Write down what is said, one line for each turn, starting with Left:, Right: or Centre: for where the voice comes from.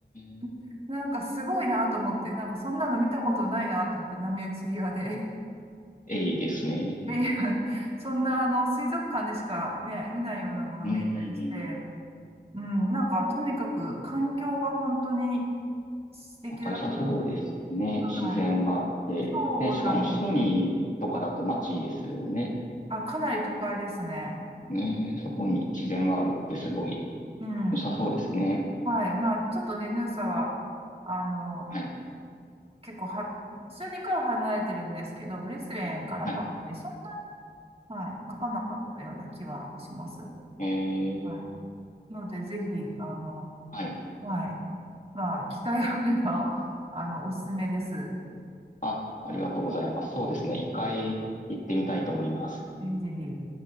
Left: ー、
Right: <laughs> なんかすごいなと思って、なんかそんなの見たことないなと思って、波打ち際で。
Left: えいいですね。
Right: <laughs> で、そんなあの、水族館でしかね、見ないようなのが見えたりして、
Left: うーん。
Right: うん、なんかとにかく環境が本当に素敵だったんで、
Left: なんか良さそうですね。
Right: はい。
Left: 自然があって。
Right: そうなん
Left: で、しかもシドニーとかだと街ですよね。
Right: あ、あかなり都会ですね。
Left: ね、そこに自然があるってすごい
Right: うん。うん
Left: 良さそうですね。
Right: はい。まあ、ちょっとね、ヌーサは、あの、
Left: はい。
Right: 結構は、数にから離れてるんですけど、ブリスベンからバックで、
Left: はい。
Right: そんな、はい、書かなかったような気はします。
Left: えー、
Right: はい。ので、ぜひ、あの、
Left: はい。
Right: はい。まあ、機会があれば、あの、おすすめです。
Left: あ、ありがとうございます。そうですね。一回行ってみたいと思います。
Right: ぜひぜひ。